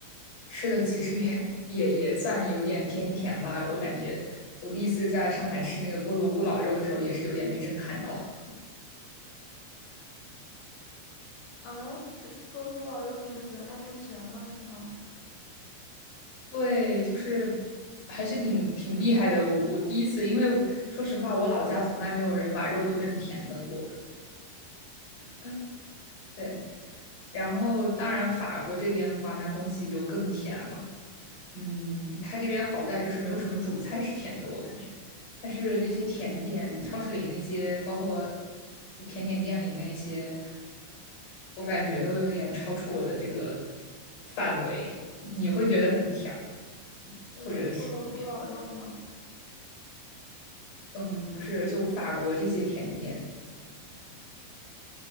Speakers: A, on the left; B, on the left.
A: 吃的，其实也也也算有点偏甜吧。我感觉我第一次在上海吃那个菠萝咕咾肉的时候，也是有点被震撼到。
B: 呃，是是萝猪脑肉，你也是觉得它太甜了，是吗？
A: <laughs> 对，就是还是挺挺厉害的。我我第一次，因为我说实话，我老家从来没有人把肉做成甜的过。嗯，对。然后当然，法国这边的话，那东西就更甜了。嗯，它这边好在就是没有什么主菜是甜的，我感觉。但是那些甜点，超市里那些，包括甜点店里那些，我感觉都有一点超出我的这个范围。你会觉得很甜，
B: 你说菠萝猪脑肉吗？
A: 或者是怎么样嗯，不是，就法国这些甜点，